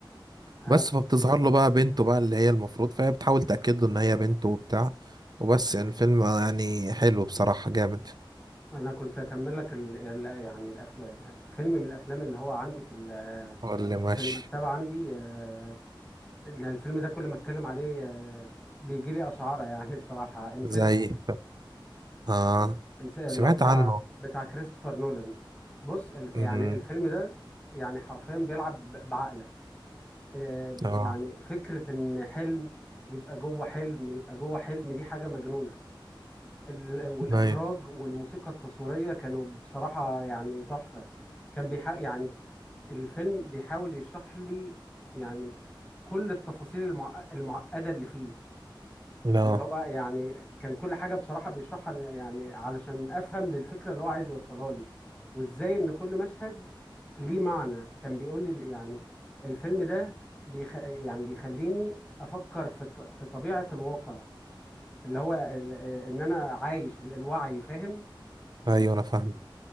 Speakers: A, on the left; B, on the right.
A: انا
B: بس فبتظهر له بقى بنته بقى اللي هي المفروض فهي بتحاول تأكد له ان هي بنته وبتاع وبس يعني الفيلم يعني حلو بصراحة جامد
A: انا كنت اكمل لك ال... ال- يعني الأف... فيلم من الافلام اللي هو عندي في ال...
B: هو اللي ماشي
A: في المكتبه عندي آه، إن الفيلم ده كل ما اتكلم عليه آه، بيجي لي اشعاره يعني بصراحه انسبشن
B: زي اه
A: اللي
B: سمعت
A: هو بتاع
B: عنه
A: بتاع كريستوفر نولان بص ال... يعني
B: امم
A: الفيلم ده يعني حرفيا بيلعب ب- بعقلك آه، ب-
B: اه
A: يعني فكره ان حلم يبقى جوه حلم يبقى جوه حلم دي حاجه مجنونه ال... والاخراج
B: ايوه
A: والموسيقى التصويريه كانوا بصراحه يعني تحفه كان بيحق يعني الفيلم بيحاول يشرح لي يعني كل التفاصيل المعق- المعقدة اللي فيه
B: لا
A: اللي هو يعني كان كل حاجة بصراحة بيشرحها ل- يعني علشان أفهم للفكرة اللي هو عايز يوصلها لي وإزاي إن كل مشهد ليه معنى كان بيقول لي يعني الفيلم ده بيخ يعني بيخليني أفكر في الط- في طبيعة الواقع اللي هو ال- إن أنا عايش ال- الوعي فاهم
B: ايوه انا فاهم